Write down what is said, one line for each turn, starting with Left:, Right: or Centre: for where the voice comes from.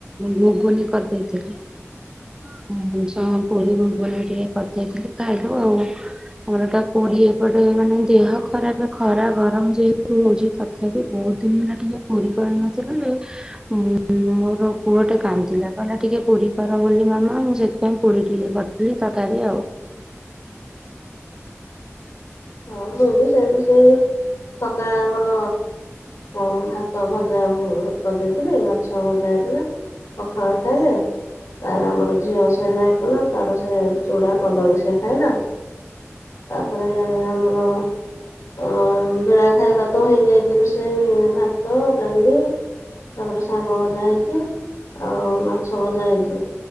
Right: ଘୁଗୁନି କରିଦେଇଥିଲି। <unintelligible> କରିଦେଇଥିଲୁ ଖାଇଲୁ ଆଉ। ପରଟା ପୁରି ଏପଟେ ମାନେ ଦେହ ଖରାପ ଖରା ଗରମ ଯେହେତୁ ହଉଛି। ଖ <unintelligible> ବହୁତ ଦିନ ହେଲା ଟିକେ ପୁରୀ କରିନଥିଲୁ। ଯେ ଉଁ ମୋଁ ମୋର ପୁଅ ଟା କାନ୍ଦିଲା କହିଲା ଟିକେ ପୁରୀ କର ର ବୋଲି ମାମା ମୁଁ ସେଥିପାଇଁ ପୁରୀ ଟିକେ କରିଥିଲି ତରକାରି ଆଉ।
Left: ହଁ ମୁଁ ବି ସେମିତି ସେଇ ସକାଳେ ଆମର ହଁ ଭାତ ଭଜା ଉଁ କରିଦେଇଥିଲି ମାଛ ଭଜା ହେଇଥିଲା। ପଖାଳ ଖାଇଲେ। ତାର ଆମର ଝିଅ ସେ ନାହିଁ କଲା ତାର ସେ ଚୁଡ଼ା କଦଳୀ ସେ ଖାଇଲା। ତା ପରେ ଆମର ଅଁ ବେଳା ଖାଇବା ତ ହେଇଯାଇଛି ସେଇ ଭାତ ଡାଲି ତାପରେ ଶାଗ ଭଜା ହେଇଛି ଆଉ ମାଛ ଭଜା ହେଇଛି।